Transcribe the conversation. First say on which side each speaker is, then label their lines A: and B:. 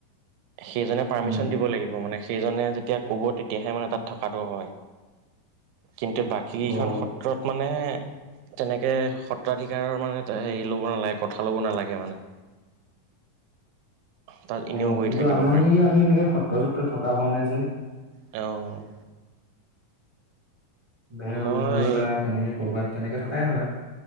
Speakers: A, on the right; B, on the right.
A: সেইজনে পাৰ্মিশন
B: উম
A: দিব লাগিব মানে। সেইজনে যেতিয়া ক'ব, তেতিয়াহে মানে তাত থকাটো হয়, কিন্তু বাকী কেইখন
B: অ
A: সত ক্ষেত্ৰত মানে তেনেকে, সত্ৰাধিকাৰৰ মানে হেৰি ল'ব নালাগে, কথা ল'ব নালাগে মানে। তাত এনেও
B: অ',
A: গৈ
B: কিন্তু
A: থাকিব
B: আমাৰ
A: পাৰি
B: মানে কি, আমি এনেকে সত্ৰ, সত্ৰ থকা হোৱা নাই যে।
A: অ'।
B: বেৰ
A: মই
B: ৰুম লৈ বা, তেনেকে ক'ৰবাত তেনেকে থকাই হয়।